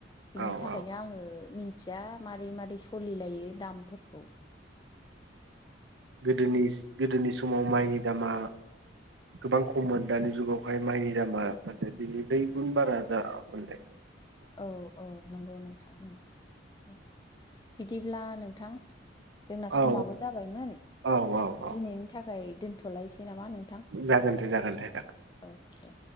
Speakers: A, on the left; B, on the right.
A: बिनि
B: औ
A: थाखायनो
B: औ
A: आङो मिन थिया मारै मारै सोलिलायो दामफोरखौ‌
B: गोदोनि गोदोनि समाव माइनि दामा गोबां खममोन दानि जुगावहाय माइनि दामा माने बिनि दै गुन बारा जा मोननाय।
A: औ औ नंगौ नोंथां नंगौ औ बिदिब्ला नोंथां जोंना समाबो
B: औ
A: जाबायमोन
B: औ औ औ
A: दिनैनि थाखाय दोन्थ'लायसै नामा नोंथां
B: जागोन दे जागोन दे
A: औ दे।